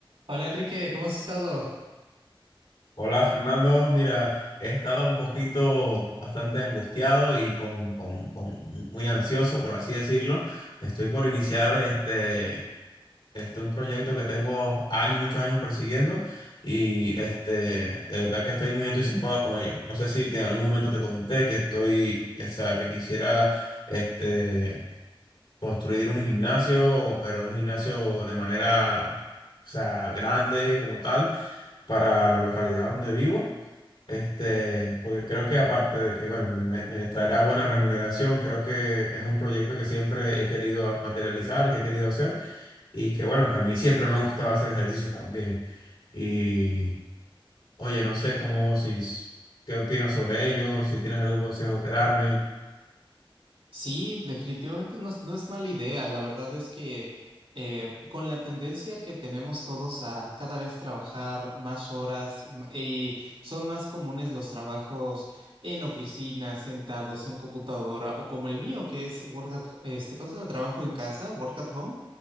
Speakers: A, on the right; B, on the left.
A: Hola Enrique, ¿cómo has estado?
B: Hola Fernando, mira, he estado un poquito bastante angustiado y con, con- con muy ansioso, por así decirlo. Estoy por iniciar este, este un proyecto que tengo años, muchos años persiguiendo y este, de verdad que estoy muy entusiasmado con ello. No sé si te- en algún momento te comenté que estoy, o sea, que quisiera este, construir un gimnasio, pero un gimnasio de manera, o sea, grande como tal para la localidad donde vivo. Este, porque creo que aparte de que, bueno, me, me traerá buena remuneración, creo que es un proyecto que siempre he querido materializar, que he querido hacer y que, bueno, que a mí siempre me ha gustado hacer ejercicio también. Y, oye, no sé cómo, si, qué opinas sobre ello, si tienes algún consejo que darme.
A: Sí, definitivamente no, es no es mala idea. La verdad es que eh, con la tendencia que tenemos todos a cada vez trabajar más horas m- y son más comunes los trabajos en oficina, sentados en computadora o como el mío que es work at, este, ¿cómo se llama? Trabajo en casa, work at home.